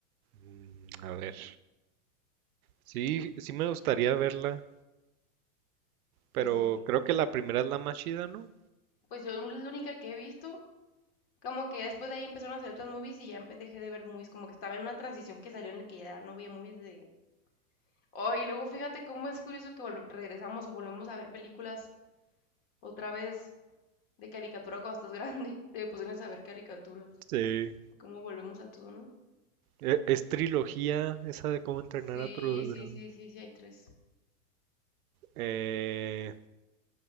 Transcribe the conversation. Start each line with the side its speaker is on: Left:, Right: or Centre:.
Right: Mm, a ver. Sí, sí me gustaría verla, pero
Left: Pues hay,
Right: creo que la primera es la más chida, ¿no?
Left: pues yo la única que he visto, como que después de ahí empezaron a hacer otras movies y ya empe- dejé de ver movies, como que estaba en una transición que salió en la que ya no veía movies de... Oh, y luego fíjate cómo es curioso que volve- regresamos o volvemos a ver películas Otra vez de caricatura cuando estás grande. <laughs> Te pusieron a ver caricaturas.
Right: Sí.
Left: ¿Cómo volvemos a todo, no?
Right: E- Es trilogía esa de cómo entrenar
Left: Sí,
Right: a tu dragón.
Left: sí, sí, sí, sí, hay tres.
Right: Eh,